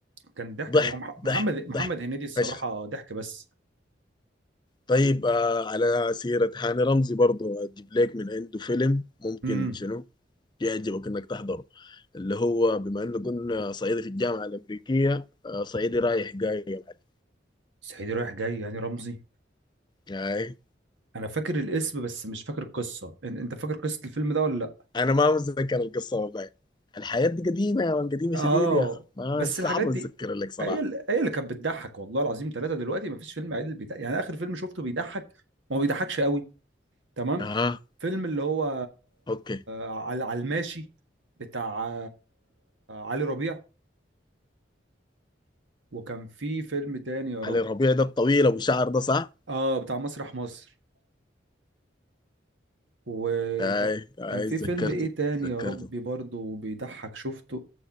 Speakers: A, on the right; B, on the left.
A: كان ضحك
B: ضحك
A: هو مح- محمد
B: ضحك
A: محمد
B: ضحك
A: هنيدي الصراحه
B: فشخ
A: ضحك بس
B: طيب آه على سيرة هاني رمزي برضو أجيب لك من عنده فيلم ممكن
A: امم
B: شنو يعجبك إنك تحضره اللي هو بما إنه قلنا صعيدي في الجامعة الأمريكية آه صعيدي رايح جاي يا معلم
A: صعيدي رايح جاي يعني رمزي
B: هاي
A: انا فاكر الاسم بس مش فاكر القصه إن- انت فاكر قصه الفيلم ده ولا لا
B: أنا ما متذكر القصة والله الحياة دي قديمة يا مان قديمة
A: اه
B: شديد يا أخي ما
A: بس
B: صعب
A: الحاجات دي
B: أتذكر لك صراحة
A: هي ال- هي اللي كانت بتضحك والله العظيم ثلاثه دلوقتي ما فيش فيلم عادل بيضحك يعني اخر فيلم شفته بيضحك ما هو بيضحكش قوي تمام
B: أها
A: فيلم اللي هو
B: أوكي
A: على على الماشي بتاع علي ربيع وكان في فيلم تاني يا رب
B: علي ربيع ده الطويل أبو شعر ده صح؟
A: اه بتاع مسرح مصر وكان
B: هاي هاي
A: كان في
B: تذكرته
A: فيلم ايه تاني
B: تذكرته
A: يا ربي برضه بيضحك شفته